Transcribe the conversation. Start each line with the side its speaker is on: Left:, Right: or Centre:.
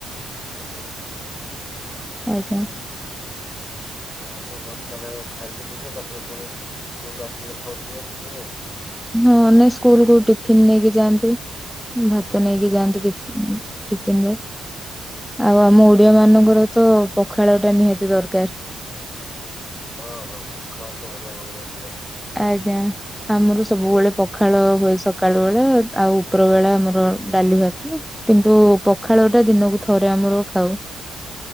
Left: ଆଜ୍ଞା।
Centre: ଆଜ୍ଞା।
Left: ଯାହା ହଉ ଦଶଟାରେ ଖାଇକି ଯିବେ ତାପରେ ପୁଣି ସ୍କୁଲରେ ଆସିଲେ ଖାଉଥିବେ ନାଇ।
Centre: ହଁ ନାଇଁ ସ୍କୁଲକୁ ଟିଫନ୍ ନେଇକି ଯାଆନ୍ତି, ଭାତ ନେଇକି
Left: ହଁ
Centre: ଯାଆନ୍ତି
Left: ହଁ
Centre: ଟିଫ ଟିଫିନ୍ ରେ
Left: ଆଚ୍ଛା
Centre: ଆଉ
Left: ଆଚ୍ଛା।
Centre: ଆମ ଓଡିଆ ମାନଙ୍କର ତ ପଖାଳ ଟା ନିହାତି ଦରକାର।
Left: ହଁ ହଁ ପଖାଳ ତ ଓଡ଼ିଆ ମାନଙ୍କର
Centre: ଆଜ୍ଞା ଆମର ସବୁବେଳେ
Left: ମୋର
Centre: ପଖାଳ ହୁଏ ସକାଳୁ ବେଳେ ଆଉ ଉପର ବେଳା ଆମର ଡାଲି ଭାତ କିନ୍ତୁ ପଖାଳ ଟା ଦିନକୁ ଥରେ ଆମର ଖାଉ।